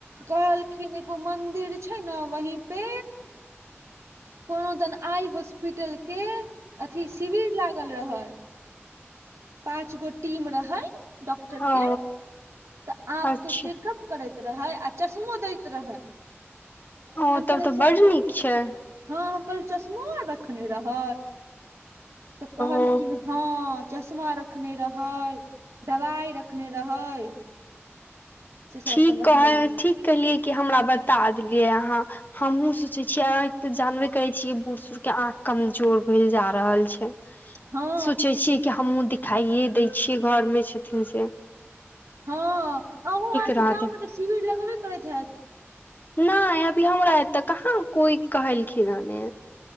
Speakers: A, on the right (about 80°); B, on the left (about 40°).
A: कहलखिन एगो मन्दिर छै ने वहीं पे कोनो दन आइ हॉस्पिटल के अथी शिविर लागल रहै पाँच गो टीम रहै डॉक्टर
B: ओ
A: के तऽ आँख
B: अच्छा
A: के चेकअप करैत रहै आ चश्मो दैत रहै
B: ओ
A: हम कहलियै
B: तब तऽ
A: चश्मो
B: बड्ड नीक छै
A: हँ कलचश्मो रखने रहै तऽ कहलखिन
B: ओ
A: हँ चश्मा रखने रहै दवाई रखने रहै से सब
B: ठीक
A: अपन रखने
B: कहै
A: रहै
B: ठीक कहलियै कि हमरा बता देलियै अहाँ हमहूँ सोचे छियै आ तऽ जानबे करे छीयै बूढ़ सूढ़ के आँख कमजोर भेल जा रहल छै
A: हँ
B: सोचै छियै कि हमहूँ दिखाइए दै छियै घरमे छथिन से
A: हँ आहू आर
B: रहते <unintelligible>
A: शिविर लगेबे करैत हैत
B: नहि अभी हमरा एतऽ कहाँ कोइ कहलखिन हऽ ने